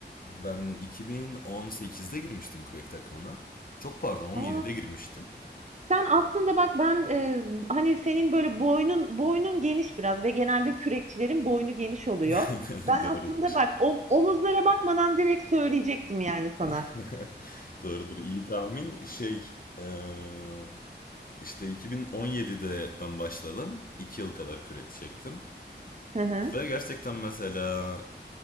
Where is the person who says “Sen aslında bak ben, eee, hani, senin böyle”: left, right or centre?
Right